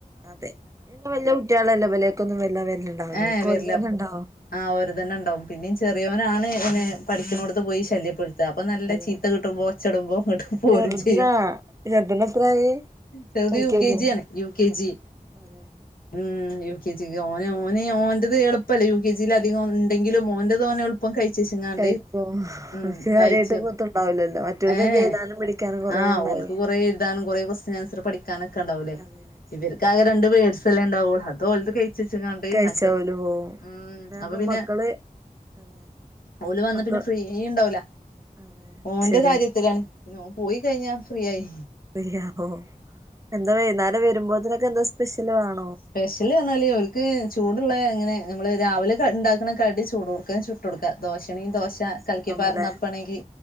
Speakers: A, on the right (about 20°); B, on the left (about 75°).
A: അതെ പ്പൊ വല്യെ കുട്ട്യാളല്ലേ ഇവലേക്കൊന്നും വെല്ലാവെര്ല്ണ്ടാവൂല
B: ഏഹ്
A: ഒക്കോൽതെന്നെണ്ടാവും
B: വരില്ല ആഹ് ഓര്തെന്നെണ്ടാവും പിന്നിം ചെറിയോനാണ് പഠിക്ക്ണോട്ത്ത് പോയി ശല്യപ്പെട് ത്ത അപ്പ നല്ല
A: അതെ
B: ചീത്ത കിട്ട്മ്പൊ ഒച്ചട്മ്പോ ങ്ങട്ട് പോരും
A: ചെറുതിനാ
B: ചെയ്യും
A: ചെറുതിന് എത്രായി
B: ചെറ്ത്
A: എൽ
B: യു കെ
A: ജിയോ
B: ജി ആണ് യു കെ ജി
A: അതെ
B: ഉം യു കെ ജീക്ക് ഓനേ ഓന് ഓന്റെത് എള്പ്പല്ലെ യു കെ ജീലധികം ഇണ്ടെങ്കിലും ഓന്റെത് ഓനെള് പ്പം കയ്ച്ചെച്ച്ങ്ങാണ്ട്
A: കഴിക്കും അവർക്ക്
B: ഉം
A: കാര്യായിട്ട്
B: കഴിച്ചു
A: കുത്തുണ്ടാവില്ലല്ലോ മറ്റോൽക്കൊക്കെ
B: ഏ ഹേ
A: എഴുതാനും പിടിക്കാനും കൊറേ
B: ആഹ്
A: ഉണ്ടാവേ
B: ഓൾക്ക് കൊറേ എഴ്താനും കൊറേ ക്വസ്റ്റ്യൻ ആൻസർ പഠിക്കാനൊക്കെണ്ടാവൂലേ
A: അതെ
B: ഇവര്ക്കാകെ
A: ശരിയാ
B: രണ്ട് വേഡ്സല്ലെണ്ടാവൊള്ളു അതോൽത് കെയ് ച്ചച്ച്ങ്ങാണ്ട്
A: കഴിച്ചാ
B: മറ്റൊൽത്
A: ഓല് പോവും
B: ഉം
A: പിന്നെപ്പൊ
B: അപ്പപ്പിന്നെ
A: മക്കള് അതെ
B: ഓല് വന്ന
A: മക്കൾ
B: പിന്നെ ഫ്രീയിണ്ടാവൂല
A: അതെ
B: ഓന്റെ
A: ശരിയാണ്
B: കാര്യത്തിലാണ് പിന്നെ ഓൻ പോയിക്കയ്ഞ്ഞാ ഫ്രീ ആയി
A: <unintelligible> എന്താ വൈന്നാരം വെരുമ്പോത്ത്നൊക്കെ എന്താ സ്പെഷ്യല് വാണ
B: സ്പെഷ്യല്റിഞ്ഞാല് ഓൽ ക്ക് ചൂട്ള്ള എങ്ങനെ നമ്മള് രാവിലെ ക ഇണ്ടാക്ക്ണ കടി ചൂടോട്ക്കെനെ ചുട്ടൊട്ക്ക ദോഷേണെങ്കി ദോശ
A: ദോശക്കാവുമ്പല്ലേ
B: കൽക്കിപ്പാർന്ന അപ്പാണെങ്കി